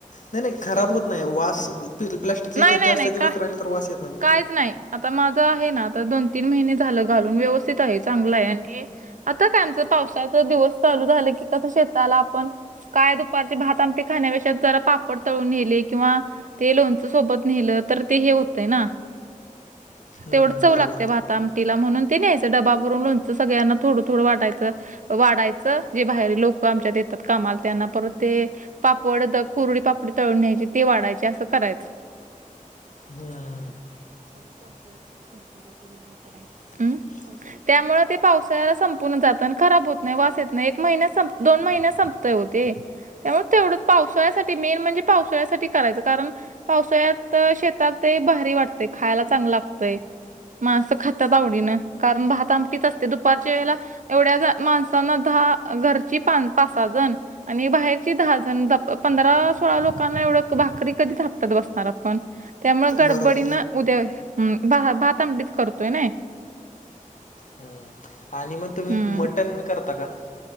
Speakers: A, on the left; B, on the right.
A: नाही नाही खराब होत नाही. वास प्लास्टिकच्या
B: नाही
A: ह्याच्यात
B: नाही
A: जास्त
B: नाही
A: दिवस
B: का
A: राहिले, तर वास येत नाही का?
B: काहीच नाही आता माझं आहे ना दोन तीन महिने झालं, घालून व्यवस्थित आहे चांगलं आहे आणि. आता काय आमचं पावसाचा दिवस चालू झालं की, कसं शेताला आपण. काय दुपारचे भात आमटी खाण्यापेक्षा, जरा पापड तळून नेले किंवा ते लोणचं सोबत नेलं तर, ते हे होतंय ना.
A: हम्म,
B: तेवढं चव
A: बरोबर
B: लागत्या, भात आम तिला म्हणून ते न्याचं डबा भरून लोणचं, सगळ्यांना थोडं थोडं वाटयचं. वाढायचं जे बाहेर लोक आमच्यात येतात. कामाला त्यांना परत ते, पापड द कुरडी, पापडी तळून घ्यायची ते वाढायचे असं करायचं.
A: हम्म,
B: <unintelligible>
A: <inaudible>
B: हम्म त्यामुळे ते पावसाळ्याला संपूनच जात आणि खराब होत नाही, वास येत नाही एक महिन्यात संप दोन महिन्यात संपते ओ ते. त्यामुळे तेवढं पावसाळ्यासाठी मेन म्हणजे, पावसाळ्यासाठी करायचं कारण पावसाळ्यात शेतात. ते भारी वाटतय खायला चांगलं लागतंय. माणसं खातात आवडीनं कारण भात आमटीच असते दुपारच्या वेळेला एवढ्या माणसांना दहा घरची पा पाच सा जण. आणि बाहेरची दहा जण धप पंधरा सोळा लोकांना एवढं भाकरी कधी थापटत बसणार आपण. त्यामुळे गडबडीन
A: बरोबर
B: उद्या भात आंमटीच करतोय नाही.
A: हम्म आणि मग तुम्ही
B: हम्म
A: मटन मी करता का?